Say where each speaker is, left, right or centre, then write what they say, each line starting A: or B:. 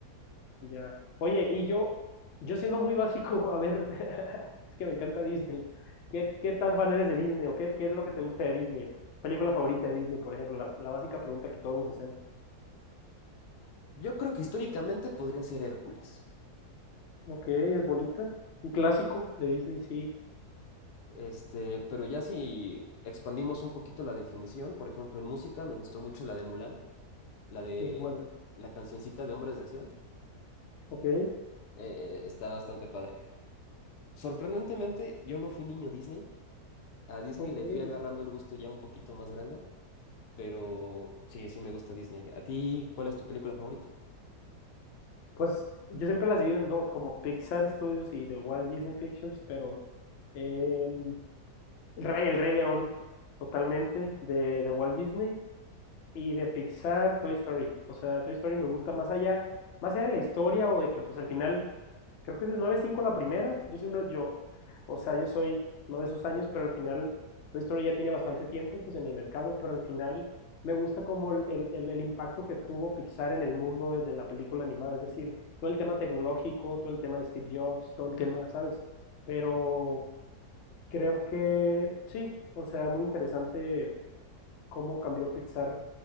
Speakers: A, on the left; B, on the left.
A: Ya. Oye, y yo, yo siendo muy básico, a ver, <laughs> es que me encanta Disney. ¿Qué, qué tan fan eres de Disney o qué, qué es lo que te gusta de Disney? ¿Tu ¿Película favorita de Disney, por ejemplo? La, la básica pregunta que todos nos hacemos.
B: Yo creo que históricamente podría ser Hércules.
A: Ok, es bonita. Un clásico de Disney, sí,
B: Este, pero ya si expandimos un poquito la definición, por ejemplo, en música me gustó mucho la de Mulan, la de
A: es buena.
B: la cancioncita de Hombres de Acción,
A: Ok,
B: eh, eh, está bastante padre. Sorprendentemente, yo no fui niño Disney. A Disney
A: ok.
B: le fui agarrando el gusto ya un poquito más grande, pero sí, sí me gusta Disney. ¿A ti cuál es tu película favorita?
A: Pues yo siempre las divido en dos, como Pixar Studios y The Walt Disney Pictures, pero em, el Rey, el Rey León, totalmente, de, de Walt Disney. Y de Pixar, Toy Story. O sea, Toy Story me gusta más allá, más allá de la historia o de que pues al final, creo que es el nueve cinco la primera. Yo soy uno, yo, o sea, yo soy no de esos años, pero al final Toy Story ya tiene bastante tiempo pues en el mercado, pero al final me gusta como el, el- el- el impacto que tuvo Pixar en el mundo de, de la película animada. Es decir, todo el tema tecnológico, todo el tema de Steve Jobs, todo el tema, ¿sabes? Pero creo que sí, o sea, muy interesante cómo cambió Pixar